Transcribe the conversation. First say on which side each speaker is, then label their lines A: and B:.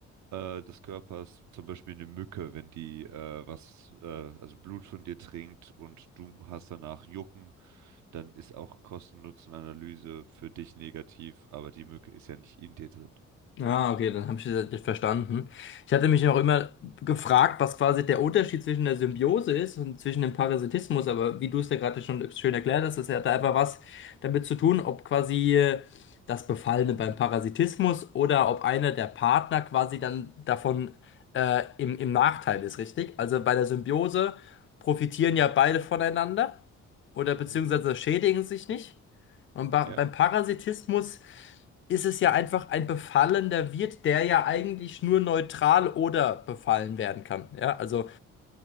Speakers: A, on the right; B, on the left.
A: äh, des Körpers. Zum Beispiel eine Mücke, wenn die äh, was, äh, also Blut von dir trinkt und du hast danach Jucken, dann ist auch Kosten-Nutzen-Analyse für dich negativ, aber die Mücke ist ja nicht in dir drin.
B: Ah, okay, dann habe ich das jetzt verstanden. Ich hatte mich auch immer gefragt, was quasi der Unterschied zwischen der Symbiose ist und zwischen dem Parasitismus, aber wie du es ja gerade schon schön erklärt hast, das hat da einfach was damit zu tun, ob quasi äh, das Befallene beim Parasitismus oder ob einer der Partner quasi dann davon äh, im, im Nachteil ist, richtig? Also bei der Symbiose profitieren ja beide voneinander oder
A: Mhm.
B: beziehungsweise schädigen sich nicht. Und ba-
A: Ja.
B: beim Parasitismus ist es ja einfach ein befallener Wirt, der ja eigentlich nur neutral oder befallen werden kann. Ja, also,